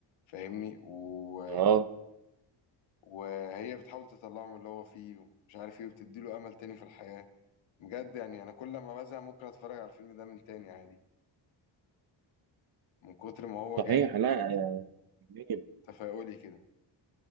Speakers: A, on the left; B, on the right.
A: فاهمني و...
B: اه
A: وهي بتحاول تطلعه من اللي هو فيه مش عارف ايه وبتديله امل تاني في الحياة بجد يعني انا كل ما بزهق ممكن اتفرج على الفيلم ده من تاني عادي من كتر ما هو
B: صحيح
A: جامد
B: لا يا جميل
A: تفاؤلي كده